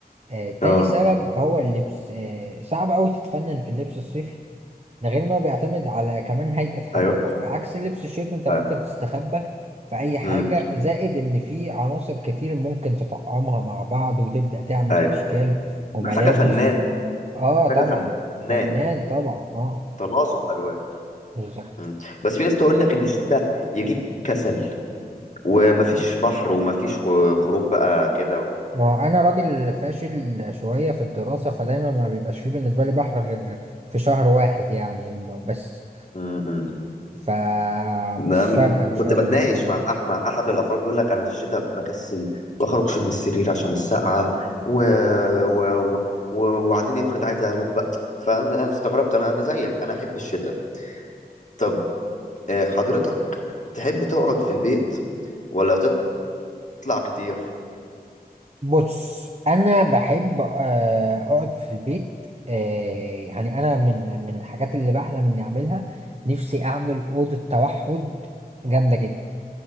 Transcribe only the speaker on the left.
اه
ايوه
ايوه
امم
ايوه
محتاجه فنان
محتاجه
فنان
تناسق الوان
مم. بس في ناس تقول لك ان الشتاء يجيب كسل ومفيش بحر ومفيش خ- خروج بقى كده و-
فاهم
نعم
كنت
بتناقش
مع أح مع احد الافراد يقول لك انا في الشتاء بكسل ما اخرجش من السرير عشان السقعه و... و... و... و... وبعدين افرض عايز اروح بقى فانا استغربت انا انا زيك انا احب الشتاء طب آه، حضرتك تحب تقعد في البيت ولا تطلع كتير